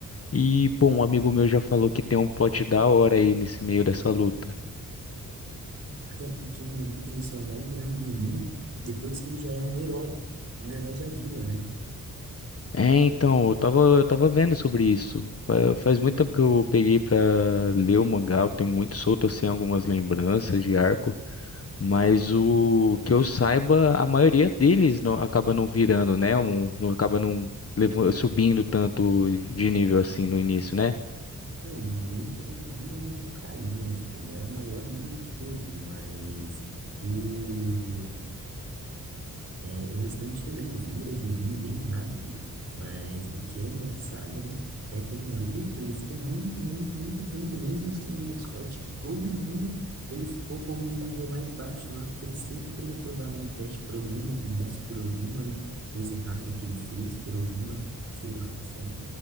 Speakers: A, on the left (about 45°); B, on the right (about 45°).
A: E, pô, um amigo meu já falou que tem um plot da hora aí nesse meio dessa luta.
B: Até porque o Naruto ele só vai virar um Genin depois que ele já é um herói, um herói da vila, né?
A: É, então, eu tava, eu tava vendo sobre isso. Fa- Faz muito tempo que eu peguei pra ler o mangá, eu tenho muito solto assim algumas lembranças de arco, mas o que eu saiba, a maioria deles não, acaba não virando, né? Um, não acaba não levan- subindo tanto de nível assim no início, né?
B: Não, o Naruto ele vira um Hokage, né? Tipo, ele é o maior ninja de todos, mas o É, o restante também vira Juninho bem rápido. Mas o que é engraçado, né, é que o Naruto, ele ficou muito, muito, muito tempo, mesmo sendo mais forte que todo mundo, ele ficou como um nível mais baixo lá, porque ele sempre reprovava no teste por alguma burrice, por alguma coisa errada que ele fez, por alguma, sei lá, sabe?